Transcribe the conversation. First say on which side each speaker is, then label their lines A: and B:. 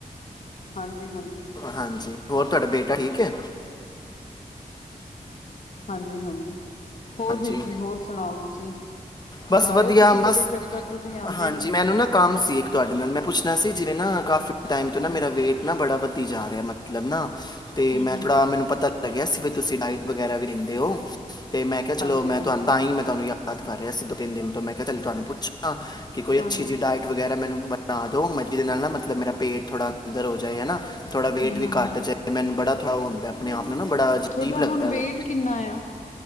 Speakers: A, on the left; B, on the left.
A: ਹਾਂਜੀ-ਹਾਂਜੀ।
B: ਹਾਂਜੀ, ਹੋਰ ਤੁਹਾਡਾ ਬੇਟਾ ਠੀਕ ਏ?
A: ਹਾਂਜੀ-ਹਾਂਜੀ। ਹੋਰ
B: ਹਾਂਜੀ
A: ਵੀਰ ਜੀ, ਹੋਰ ਸੁਣਾਓ ਤੁਸੀਂ?
B: ਬਸ
A: ਲਾਇਓ
B: ਵਧੀਆ
A: ਤੁਸੀਂ ਕਦੇ
B: ਬਸ
A: ਚੱਕਰ, ਤੁਸੀਂ ਆਂਦੇ
B: ਹਾਂਜੀ
A: ਨੀ।
B: ਮੈਨੂੰ ਨਾ ਕੰਮ ਸੀ ਇੱਕ ਤੁਹਾਡੇ ਨਾਲ ਮੈਂ ਪੁੱਛਣਾ ਸੀ, ਜਿਵੇਂ ਨਾ ਕਾਫੀ ਟਾਈਮ ਤੋਂ ਨਾ
A: ਹੂੰ
B: ਮੇਰਾ ਵੇਟ ਨਾ ਬੜਾ ਵਧੀ ਜਾ ਰਿਹਾ, ਮਤਲ ਮਤਲਬ ਨਾ, ਤੇ
A: ਹੂੰ
B: ''ਮੈਂ
A: ਹੂੰ
B: ਥੋੜਾ,
A: ਹੂੰ
B: ਮੈਨੂੰ ਪਤਾ ਲੱਗਿਆ ਸੀ ਵੀ ਤੁਸੀਂ ਡਾਇਟ ਵਗੈਰਾ ਵੀ ਦਿੰਦੇ ਹੋ, ਤੇ ਮੈਂ ਕਿਹਾ
A: ਹਾਂਜੀ
B: ਚਲੋ ਮੈਂ
A: ਹਾਂਜੀ
B: ਤੁਹਾਨੂੰ ਤਾਂ ਈ, ਮੈਂ ਤੁਹਾਨੂੰ ਯਾ ਯਾਦ ਕਰ ਰਿਹਾ ਸੀ, ਦੋ-ਤਿੰਨ ਦਿਨ ਤੋਂ, ਮੈਂ ਕਿਹਾ ਚੱਲ, ਤੁਹਾਨੂੰ ਪੁੱਛਾਂ ਕਿ ਕੋਈ ਅੱਛੀ
A: ਹਾਂਜੀ
B: ਜੀ, ਡਾਇਟ ਵਗੈਰਾ ਮੈਨੂੰ ਬਣਾਦੋ, ਮਲਟੀ ਦੇ ਨਾਲ ਨਾ ਮਤਲਬ, ਮੇਰਾ ਪੇਟ ਥੋੜਾ ਅੰਦਰ ਹੋ ਜਾਏ, ਹਨਾ। ਥੋੜਾ ਵੇਟ
A: ਹੂੰ
B: ਵੀ
A: ਹੂੰ
B: ਘੱਟ
A: ਹੂੰ ਹੂੰ
B: ਜੇ, ਮੈਨੂੰ ਬੜਾ ਥੋੜਾ ਓਹ ਹੁੰਦਾ ਆਪਣੇ-ਆਪ ਨੂੰ ਬੜਾ ਅਜੀਬ
A: ਤੁਹਾਡਾ
B: ਲੱਗਦਾ
A: ਹੁਣ ਵੇਟ
B: ਵੇ।
A: ਕਿੰਨਾ ਆ